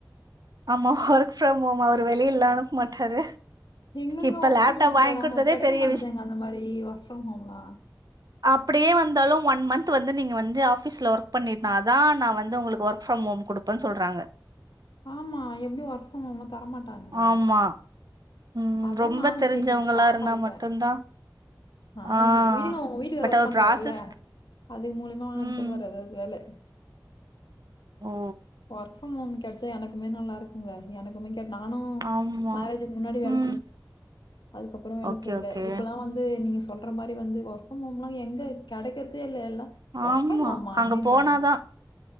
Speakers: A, on the right; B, on the left.
A: ஆமா ஒர்க் ஃப்ரம் ஹோம் அவரு வெளிய இல்ல அனுப்ப மாட்டாரு
B: எங்கெங்க
A: இப்ப
B: ஒர்க்
A: லேப்டாப்
B: ஃப்ரம் ஹோம்
A: வாங்கி
B: தராங்க
A: குடுத்ததே
B: கெடைக்க
A: பெரிய
B: மாட்டேங்குதே அந்த மாரி ஒர்க் ஃப்ரம் ஹோம்லா
A: அப்டியே வந்தாலு ஒன் மந்த் வந்து நீங்க வந்து ஆபீஸ்ல ஒர்க் பண்ணிருந்த தா நா வந்து உங்களுக்கு ஒர்க் ஃப் மம் குடுப்பன்னு சொல்றாங்க
B: ஆமா எப்டி ஒர்க் ஃப்ரம் ஹோம்ன்ன தரமாட்டாங்க
A: ஆமா. ம்
B: அதா
A: ரொம்ப
B: நானு
A: தெரிஞ்சவங்களா
B: கேக்குற ஷாக்
A: இருந்தா
B: ஆயிட்டே
A: மட்டும்தான்
B: அ
A: ஆ
B: விடுங்க உங்க வீட்டுக்கார்
A: பட்
B: ஒர்க்
A: அவர்
B: பண்றாருல
A: ப்ராசஸ்
B: அது மூலியமா ஆன
A: ம்.
B: தர வர்து அது வேல
A: ஓ
B: ஒர்க் ஃப்ரம் ஹோம் கெடச்சா எனக்குமே நல்லா இருக்குங்க எனக்குமே நானு
A: ஆமா
B: மேரேஜுக்கு முன்னாடி வேல
A: ம்
B: அதுக்கப்புறோ வேல
A: ஓகே
B: செய்யல
A: ஓகே
B: இப்பெல்லா வந்து நீங்க சொல்ற மாரி வந்து ஒர்க் ஃப்ரம் ஹம்லாம் எங்க கெடைக்றதே இல்ல எல்லா ஒர்க்
A: ஆமா
B: ஃபீரம் ஹோமா அப்டின்றானுங்க
A: அங்க போனாதா